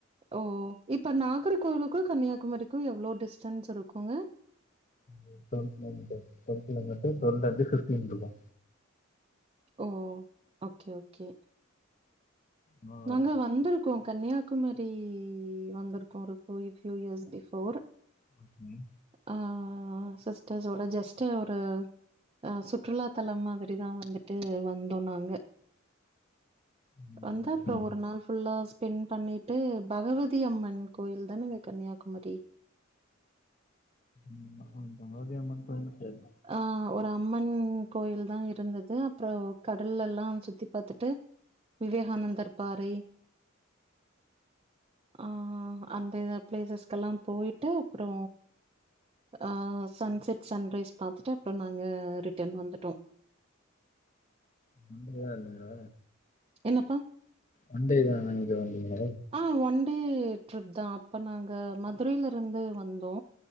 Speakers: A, on the right; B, on the left.
A: ஓ இப்போ நாகர்கோயிலுக்கு கன்னியாகுமரிக்கு எவ்ளோ டிஸ்டன்ஸ் இருக்குங்க
B: ஒரு twelve kilometres twelve kilometre twelve அல்லாட்டி ஃபிப்டீன் இருக்கு
A: ஓ ஓக்கே ஓக்கே
B: நல்லாதான்
A: நாங்க
B: இருக்கும்.
A: வந்துருக்கோ கன்னியாகுமரி வந்துருக்கோ ஒரு ஃபியூ ஃபியூ இயஸ் பிஃபோர்
B: ம் ம்
A: ஆ சிஸ்டர்ஸோட ஜஸ்ட்டு ஒரு ஆ சுற்றுலாத்தலம் மாதிரி தா வந்துட்டு வந்தோ நாங்க
B: ம்,
A: வந்தா
B: ஓகே.
A: அப்றோ ஒரு நாள் ஃபுல்லா ஆ ஸ்பெண்ட் பண்ணிட்டு பகவதி அம்மன் கோயில் தானேங்க கன்னியாகுமரி
B: ம் ம் ஆமா பகவதி அம்மன் கோவில் தெர்
A: ஆ ஒரு அம்மன் கோயில் தா இருந்தது அப்றோ கடல்லயெல்லா சுத்தி பாத்துட்டு விவேகானந்தர் பாறை ஆ அந்த பிளேசஸ்க்கெல்லா போய்ட்டு அப்றோ ஆ சன் செட் சன் ரைஸ் பாத்துட்டு அப்றோ நாங்க ரிட்டன் வந்துட்டோ
B: வந்ததே இல்லயா
A: என்னப்பா
B: ஒண்டே தான இனக்கு வந்தீங்ள
A: ஆ ஒன் டே ட்ரிப் தா அப்ப நாங்க மதுரைலயிருந்து வந்தோ